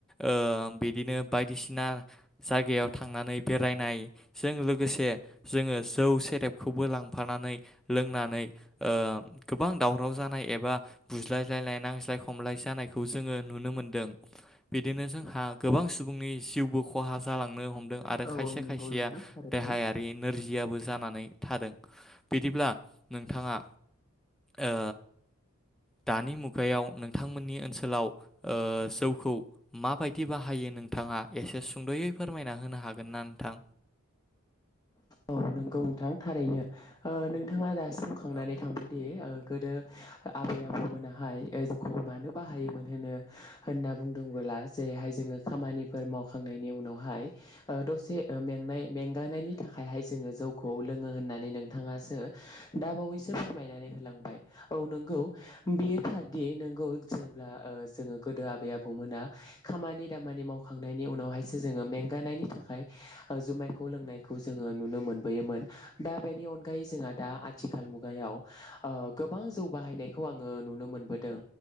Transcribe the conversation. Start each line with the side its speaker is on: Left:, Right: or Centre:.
Centre: ओ बिदिनो बायदिसिना जायगायाव थांनानै बेरायनायजों लोगोसे जोङो जौ सेरेबखौबो लांफानानै लोंनानै ओ गोबां दावराव जानाय एबा बुज्लायलायलाय नांज्लाय खमलाय जानायखौ जोङो नुनो मोनदों बिदिनो जोंहा गोबां सुबुंनि जिउबो खहा जालांनो हम दों आरो
Left: औ
Centre: खायसे
Left: औ नंगौ
Centre: खायसेया
Left: नोंथां थारैनो
Centre: देहायारि नोरजियाबो जा नानै थादों बिदिब्ला नोंथाङा ओ दानि मुगायाव नोंथांमोननि ओनसोलाव ओ जौखौ मा बायदि बाहायो नोंथाङा एसे सुद'यै फोरमायना हो नो हागोन ना नोंथां
Left: औ नंगौ नोंथां थारैनो ओ नोंथाङा दा फुंखांनानै
Centre: औ
Left: थांबायदि ओ गोदो आबै आबौमोनाहाय जौखौ मानो बाहायोमोन होनो होनना बुंदोंबोला जेरैहाय जोङो खामानिफोर मावखांनायनि उनावहाय ओ दसे मेंनाय में गानायनि थाखायहाय जोङो जौखौ लोङो होननानै नोंथाङासो दाबावैसो फोरमायनानै होलांबाय औ नंगौ बेयो थार दि नंगौ जेब्ला ओ जोङो गोदो आबै आबौमोना खामानि दामानि मावखांनायनि उनावहायसो जोङो मेंगानायनि थाखाय ओ जुमाय खौ लोंनायखौ जोङो नुनो मोनबोयोमोन दा बेनि अनगायै जोंहा दा आथिखाल मुगायाव ओ गोबां जौ बाहायनायखौ आङो नुनो मोनबोदों